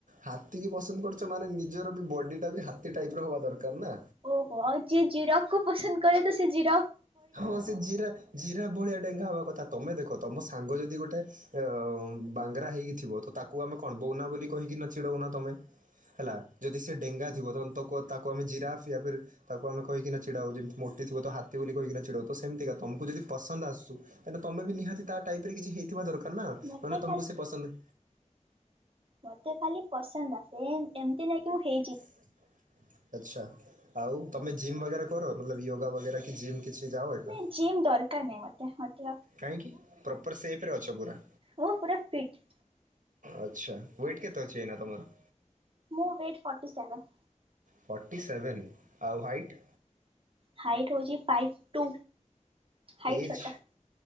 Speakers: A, on the right; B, on the right.
A: ହାତୀକି ପସନ୍ଦ କରୁଛ ମାନେ ନିଜର ବି ବଡ଼ିଟା ବି ହାତୀ ଟାଇପ ର ହବା ଦରକାର ନା
B: ଓହୋ ଆଉ ଯିଏ ଜିରଫ କୁ ପସନ୍ଦ କରେ ତ ସେ ଜିରଫ
A: ହଁ ସେ ଜିରା ଜିରାଫ ଭଳିଆ ଡେଙ୍ଗା ହବା କଥା ତମେ ଦେଖ ତମ ସାଙ୍ଗ ଯଦି ଗୋଟେ ଅ ବାଙ୍ଗରା ହେଇକି ଥିବ ତ ତାକୁ ଆମେ କଣ ବଉନା ବୋଲି କହିକି ନା ଚିଡଉନା ତମେ ହେଲା ଯଦି ସେ ଡେଙ୍ଗା ଥିବ ତ ତାକୁ ଆମେ ଜିରାଫ ୟା ତାକୁ ଆମେ କହିକି ନା ଚିଡାଉ ଯେମିତି ମୋଟି ଥିବ ତ ହାତୀ ବୋଲି କହିକିନା ଚିଡଉ ତ ସେମତିକା ତମକୁ ଯଦି ପସନ୍ଦ ଆସୁ ତାହାଲେ ତମେ ନିହାତି ତା ଟାଇପ ରେ କିଛି ହେଇଥିବା ଦରକାର ହେନା
B: ମତେ
A: ମାନେ ତମକୁ ସେ ପସନ୍ଦ
B: ମୋତେ ଖାଲି ପସନ୍ଦ ଆସେ <unintelligible> ଏମତି ନାଇଁ କହି
A: <unintelligible> ଆଚ୍ଛା ଆଉ ତମେ ଜିମ ବଗେରା କର ୟୋଗା ବଗେରା କି ଜିମ କିଛି ଯାଅ ଏକା
B: ନାଇଁ ଜିମ୍ ଦରକାର ନହିଁ ମୋତେ ମୋ ଦେହ -
A: କାହିଁକି ପ୍ରପର ସେପ୍ରେ ଅଛ ପୁରା।
B: ମୁଁ ପୁରା ଫିଟ୍।
A: ଆଚ୍ଛା ୱେଟ୍ କେତେ ଅଛି ଏଇନା ତମର?
B: ମୁଁ weight forty seven.
A: Forty seven ଆଉ ହାଇଟ୍।
B: ହାଇଟ ହଉଛି ଫାଇଭ ଟୁ ହାଇଟ
A: ଏଜ୍
B: ଛୋଟ